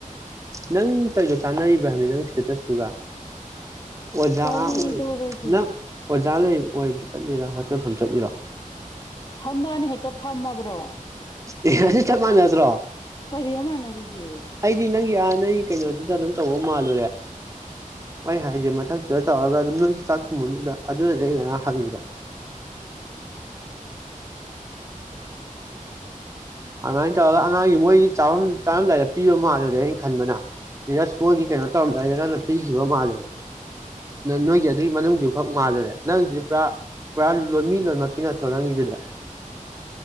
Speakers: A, on the right; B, on the left.
A: ꯅꯪ ꯇꯩꯗꯣ ꯆꯥꯅꯔꯤꯕ꯭ꯔꯥ ꯍꯥꯏꯕꯅꯤꯗ ꯅꯪ ꯁ꯭ꯇꯦꯇꯁ ꯗꯨꯒ ꯑꯣꯖꯥ
B: ꯀꯔꯤꯗꯧꯔꯒꯦ
A: ꯑꯣꯏ ꯅꯪ ꯑꯣꯖꯥ ꯂꯩ ꯑꯣꯏꯕ ꯆꯠꯂꯤꯔꯕ ꯆꯐꯝ ꯆꯠꯂꯤꯔꯣ
B: ꯐꯝꯕꯅꯦ ꯍꯦꯇꯞ ꯇꯝꯃꯕ꯭ꯔꯣ
A: ꯑꯦ ꯉꯁꯤ ꯆꯞ ꯃꯥꯟꯅꯗ꯭ꯔꯣ
B: ꯀꯔꯤꯗ ꯃꯥꯟꯅꯔꯤꯒꯦ
A: ꯑꯩꯗꯤ ꯅꯪꯒꯤ ꯑꯥ ꯅꯣꯏ ꯀꯩꯅꯣꯗꯨꯗ ꯑꯗꯨꯝ ꯇꯧꯕ ꯃꯥꯜꯂꯨꯔꯦ ꯃꯥ ꯍꯥꯏꯁꯦ ꯃꯊꯛꯇꯨꯗ ꯇꯧꯔꯒ ꯑꯗꯨꯝ ꯅꯣꯏꯒꯤ ꯆꯥꯛ ꯊꯣꯡꯕꯗꯨꯗ ꯑꯗꯨꯅꯗꯤ ꯑꯩ ꯉꯔꯥꯡ ꯍꯪꯉꯤꯗꯣ ꯑꯃꯥꯏꯅ ꯇꯧꯔꯒ ꯑꯉꯥꯡꯒꯤ ꯃꯣꯏꯒꯤ ꯆꯥꯕꯝ ꯆꯥꯔꯝꯗꯥꯏꯗ ꯄꯤꯕ ꯃꯥꯜꯂꯨꯔꯦ ꯑꯩꯅ ꯈꯟꯕꯅ ꯅꯁ ꯕꯣꯠꯒꯤ ꯀꯩꯅꯣ ꯇꯧꯔꯝꯗꯥꯏꯗ ꯅꯪꯅ ꯄꯤꯈꯤꯕ ꯃꯥꯜꯂꯨꯔꯦ ꯅꯣꯏꯒꯤ ꯑꯗꯨꯒꯤ ꯃꯅꯨꯡꯗꯨ ꯈꯛ ꯃꯥꯜꯂꯨꯔꯦ ꯅꯪꯒꯤꯗꯨꯗꯤ ꯄꯨꯔꯥ ꯄꯨꯔꯥ ꯂꯣꯏ ꯃꯤ ꯂꯣꯏꯅꯃꯛꯀꯤ ꯅꯠꯇ꯭ꯔꯣ ꯅꯪꯒꯤꯗꯨꯗꯤ